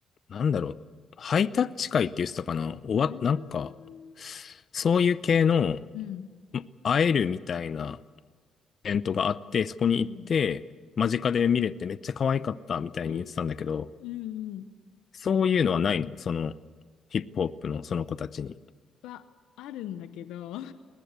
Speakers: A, on the left; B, on the left.
A: なんだろう。ハイタッチ会って言ってたかな終わっ、
B: うー
A: なんか、
B: ん。
A: そういう系の、ん
B: うん。
A: 会えるみたいなイベントがあって、そこに行って、
B: うん
A: 間近で見れてめっちゃ可愛かったみたいに言ってたんだけど、
B: えー、うんうん。
A: そういうのはないのその、ヒップホップのその子たちに。
B: は、あるんだけど、<laughs> い